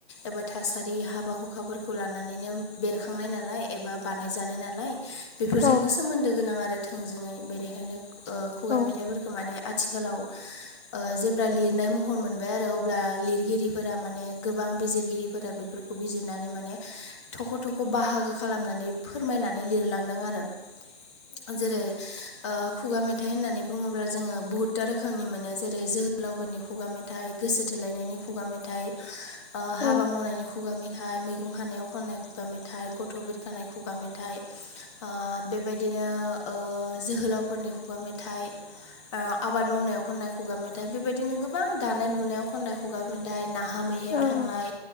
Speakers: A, on the left; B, on the left.
A: एबा थासारि हाबा हु <unintelligible> खाफोरखौ लानानैनो बेरखांनाय नालाय एबा बानायजानाय नालाय बेफोरजोंनो
B: औ
A: सोमोन्दो गोनां आरो थोंजोङै बेनिखायनो ओ खुगा
B: औ
A: मेथाइफोरखौ माने थिखालाव ओ जेब्ला लिरनाय महर मोनबाय आरो अब्ला लिरगिरिफोरा माने गोबां बिजिरगिरिफोरा बेफोरखौ बिजिर नानै माने थख' थख' बाहागो खालामनानै फोरमायनानै लिरलांदों आरो आं जेरै ओ खुगा मेथाइ होननानै बुङोब्ला जोङो बहुदता रोखोमनि मोनो जेरै जोहोलावफोरनि खुगा मेथाइ, गोसो थोलायनायनि खुगा मेथाइ ओ हाबा
B: औ
A: मावनायनि खुगा मेथ थाइ मैगं खानायाव खननाय खुगा मेथाइ, गथ' बुरखानाय खुगा मेथाइ। ओ बेबायदिनो ओ जोहोलावफोरनि खुगा मेथाइ। ओ आबाद मावनायाव खननाय खुगा मेथाइ बेबायदिनो गोबां दानाय लुनायाव खन्नाय खुगा मेथाय नाहा मैहायाव
B: औ
A: थांनाय